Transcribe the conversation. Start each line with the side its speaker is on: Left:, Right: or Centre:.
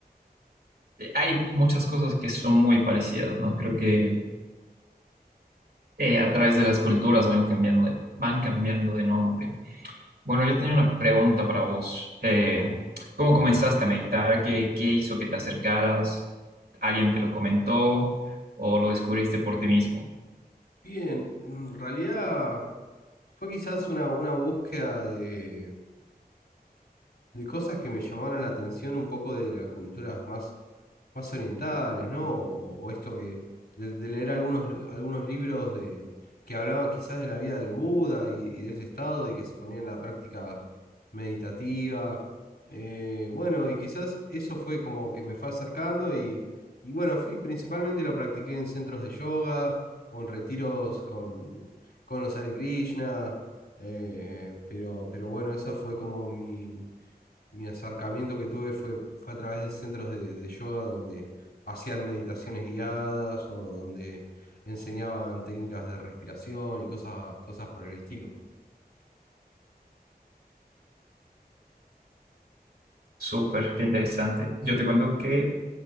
Right: Eh, Hay muchas cosas que son muy parecidas, ¿no? Creo que eh, a través de las culturas van cambiando, de- van cambiando de nombre. Bueno, yo tenía una pregunta para vos. Eh, ¿cómo comenzaste a meditar? ¿Qué, qué hizo que te acercaras? ¿Alguien te lo comentó o lo descubriste por ti mismo?
Left: Bien, en realidad fue quizás una, una búsqueda de, de cosas que me llamaron la atención un poco de las culturas más, más orientales, ¿no? O, o esto que de, de leer algunos, algunos libros de, que hablaban quizás de la vida del Buda y, y de ese estado y que se ponía en la práctica meditativa. Eh, bueno, y quizás eso fue como que me fue acercando y, y bueno, fui principalmente lo practiqué en centros de yoga o en retiros con, con los Hare Krishna. eh, pero, pero bueno, esa fue como mi, mi acercamiento que tuve fue, fue a través de centros de, de yoga donde hacían meditaciones guiadas o donde enseñaban técnicas de respiración y cosas, cosas por el estilo.
Right: Súper, qué interesante. Yo te cuento que